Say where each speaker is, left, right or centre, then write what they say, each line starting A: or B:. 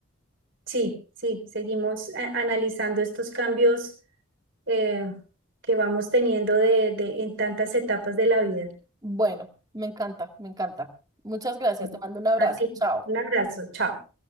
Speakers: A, on the right; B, on the right.
A: Sí, sí, seguimos eh, analizando estos cambios eh, que vamos teniendo de, de, en tantas etapas de la vida.
B: Bueno, me encanta, me encanta. Muchas gracias,
A: Bueno,
B: te mando un abrazo.
A: A ti,
B: Chao.
A: un abrazo, chao.